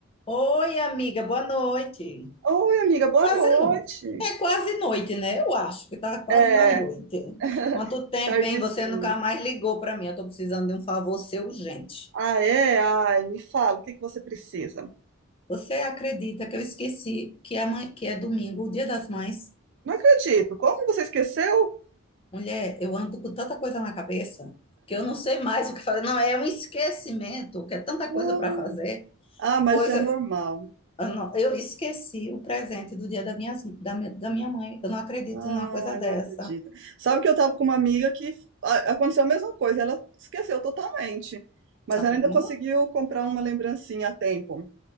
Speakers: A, on the left; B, on the right.
A: Oi, amiga, boa noite.
B: Oi, amiga, boa
A: Quase
B: noite.
A: noite. É quase noite, né? Eu acho que tá quase
B: É,
A: na noite.
B: <laughs>
A: Quanto tempo,
B: tardezinho.
A: hein? Você nunca mais ligou para mim. Eu tô precisando de um favor seu urgente.
B: Ah, é? Ai, me fala, o que que você precisa?
A: Você acredita que eu esqueci que é, mãe, que é domingo, o Dia das Mães?
B: Não acredito. Como você esqueceu?
A: Mulher, eu ando com tanta coisa na cabeça que eu não sei mais o que fazer. Não, é um esquecimento, que é tanta
B: Hum.
A: coisa para fazer.
B: Ah, mas
A: Pois
B: é
A: eu,
B: normal.
A: eu não- eu esqueci o presente do dia da minha, da minha da minha mãe. Eu não acredito
B: Ai,
A: numa coisa dessa.
B: não acredito. Sabe que eu tava com uma amiga que a- aconteceu a mesma coisa, ela esqueceu totalmente, mas
A: Tá
B: ela
A: vendo?
B: ainda conseguiu comprar uma lembrancinha a tempo. O